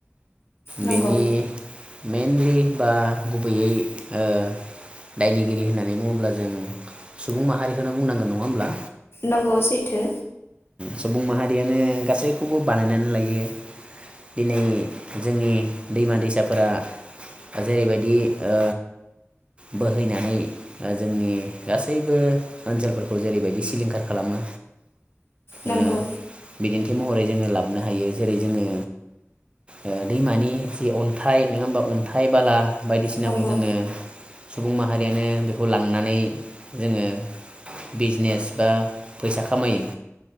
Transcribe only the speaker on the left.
नंगौ
नंगौ सैथो।
नंगौ
नंगौ